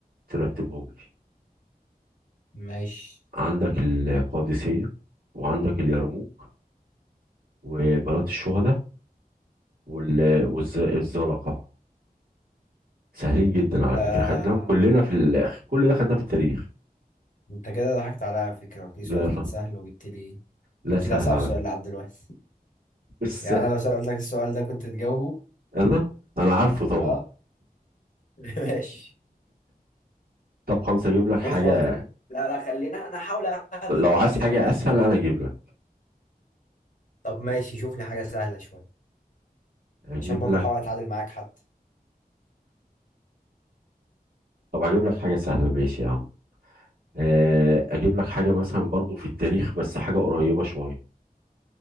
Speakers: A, on the right; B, on the left.
A: ترتبهم لي
B: ماشي
A: عندك القادسيه وعندك اليرموك وبلاط الشهداء وال والزلقة سهلين جدا على
B: انت
A: فكرة خدناهم كلنا في الآخر كل ده خدناه في التاريخ
B: انت كده ضحكت عليا على فكرة قلت لي
A: لا
B: سؤال
A: طب
B: سهل وجبت لي
A: لا
B: جبت
A: سهل
B: لي أصعب
A: على
B: سؤال
A: فكرة
B: لحد دلوقتي
A: بس
B: يعني انا لو سألتك السؤال ده كنت تجاوبه
A: أنا أنا عارفه طبعا
B: اه <laughs> ماشي
A: طب خلاص أجيب لك حاجة
B: بص هو- لا لا خلينا انا احاول اهبط
A: لو
B: برضه
A: عايز حاجة
B: بصراحه
A: أسهل أنا أجيب لك
B: طب ماشي شوف لي حاجة سهلة شوية
A: أجيب
B: عشان برضه
A: لك
B: احاول اتعادل معاك حتى
A: طب أجيب لك حاجة سهلة ماشي يا عم آه، أجيب لك حاجة مثلا برضو في التاريخ بس حاجة قريبة شوية